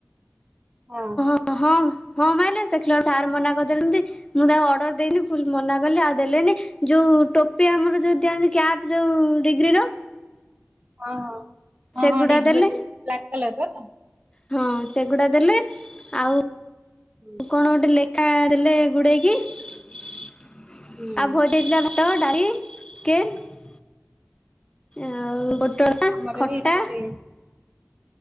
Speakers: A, on the right; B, on the left.
A: ହଉ।
B: ହଁ ହଁ ମାଇଲେ ଦେଖିଲା ବେଳକୁ ସାର୍ ମନା କରିଦେଲେ ତି। ମୁଁ ତାଙ୍କୁ ଅର୍ଡର ଦେଇନି। ପୁଣି ମନା କଲି ଆଉ ଦେଲେନି। ଯୋଉ ଟୋପି ଆମର ଯୋଉ ଦିଅନ୍ତି କ୍ୟାପ୍ ଯୋଉ ଡିଗ୍ରୀର।
A: ହଁ ହଁ ହଁ
B: ସେଗୁଡା
A: ହଁ ଡିଗ୍ରୀର
B: ଦେଲେ
A: ଯୋଉ ବ୍ଲାକ୍ କଲରଟା ତ।
B: ହଁ ସେଗୁଡା ଦେଲେ। ଆଉ
A: ହୁଁ
B: କଣ ଗୋଟେ ଅଖା ଦେଲେ ଗୁଡେଇକି। ଆଉ
A: ହୁଁ
B: ବୋଉ ଦେଇଥିଲା ତ ଡାଲି ଚିକେନ ଆଉ ପୋଟଳ,
A: ଆମର
B: ଖଟା
A: ବି ହେଇଥିଲା ସେଇ